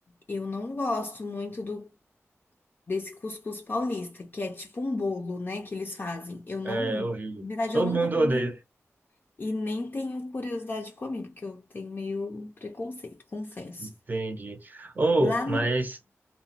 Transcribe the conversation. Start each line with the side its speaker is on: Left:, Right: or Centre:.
Left: eu não gosto muito do desse cuscuz paulista, que é tipo um bolo, né, que eles fazem. Eu não,
Right: É horrível.
Left: na verdade,
Right: Todo
Left: eu nunca
Right: mundo
Left: comi
Right: odeia.
Left: e nem tenho curiosidade de comer, porque eu tenho meio preconceito, confesso.
Right: Entendi. Ou,
Left: Lá,
Right: mas